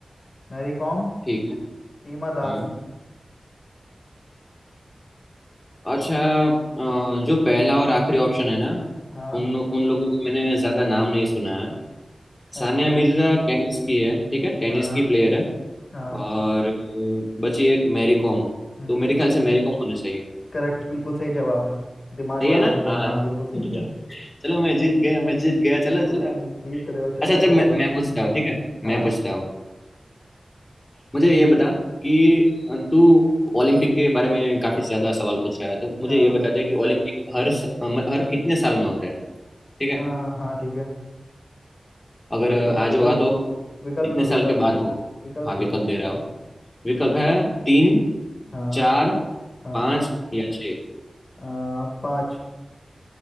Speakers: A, on the left; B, on the left.
A: मैरी कॉम
B: ठीक है
A: हिमा
B: हम्म
A: दास
B: अच्छा अ, जो पहला और आखिरी ऑप्शन है ना
A: हाँ
B: उन उन लोगों का मैंने ज्यादा नाम नहीं सुना है
A: अच्छा
B: सानिया मिर्जा टेनिस की है ठीक है टेनिस
A: हाँ
B: की प्लेयर है
A: हाँ
B: और अ, बची एक मैरी कॉम
A: हम्म
B: तो मेरे ख्याल से मैरी कॉम होनी चाहिए
A: करेक्ट बिल्कुल सही जवाब है दिमाग
B: सही
A: लगा
B: है ना
A: के कर
B: हाँ
A: हाँ
B: <laughs>
A: बिल्कुल सही किया
B: चलो मैं जीत गया मैं जीत गया चलो
A: हाँ
B: चलो
A: जीत रहे हो चलो
B: अच्छा अच्छा मैं
A: कोई बात
B: मैं पूछता हूँ ठीक है
A: हाँ
B: मैं पूछता हूँ मुझे ये बता कि अ, तू ओलंपिक के बारे में काफी ज्यादा सवाल पूछ रहा है तो मुझे
A: हाँ
B: ये बता दे कि ओलंपिक हर स- अम, हर कितने साल में होते हैं ठीक है
A: आ, हाँ ठीक है
B: अगर
A: विकल्प
B: अ, आज
A: विकल्प
B: हुआ तो
A: दो
B: कितने
A: विकल्प दो विकल्प
B: साल के बाद हो
A: विकल्प
B: हाँ विकल्प
A: दे दो
B: दे रहा हूँ विकल्प है तीन
A: हाँ
B: चार
A: हाँ
B: पाँच या छः
A: आ, पाँच